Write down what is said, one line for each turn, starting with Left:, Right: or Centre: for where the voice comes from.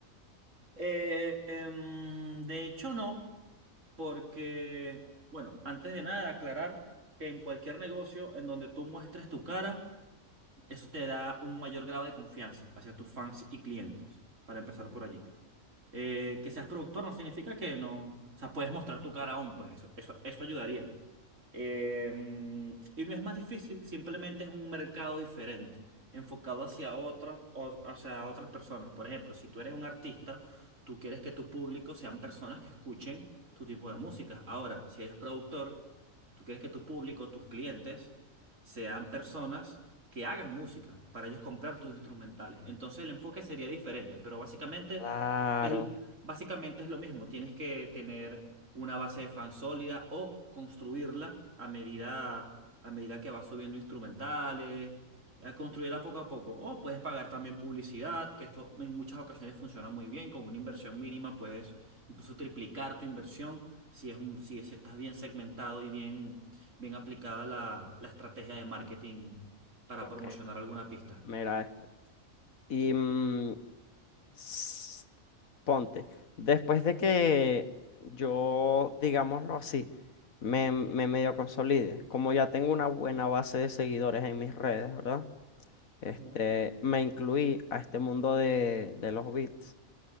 Right: Eh, em, de hecho, no, porque, bueno, antes de nada, aclarar que en cualquier negocio en donde tú muestres tu cara, eso te da un mayor grado de confianza hacia tus fans y clientes, para empezar por allí. Eh, que seas productor no significa que no, o sea, puedes mostrar tu cara aún, pues eso, eso, eso ayudaría. Eh, y no es más difícil, simplemente es un mercado diferente, enfocado hacia otras, o- hacia otras personas. Por ejemplo, si tú eres un artista, tú quieres que tu público sean personas que escuchen tu tipo de música. Ahora, si eres productor, tú quieres que tu público, tus clientes, sean personas que hagan música para ellos comprar tus instrumentales. Entonces el enfoque sería diferente, pero básicamente
Left: Claro.
Right: el, básicamente es lo mismo, tienes que tener una base de fans sólida o construirla a medida, a medida que vas subiendo instrumentales, eh, construirla poco a poco. O puedes pagar también publicidad, que esto en muchas ocasiones funciona muy bien, con una inversión mínima puedes incluso triplicar tu inversión si es un, si, si estás bien segmentado y bien, bien aplicada la, la estrategia de marketing para
Left: Ok.
Right: promocionar alguna pista.
Left: Mira, este. Y mm, s- ponte, después de que yo, digámoslo así, me, me medio consolide, como ya tengo una buena base de seguidores en mis redes, ¿verdad? Este,
Right: Ujú.
Left: me incluí a este mundo de, de los beats,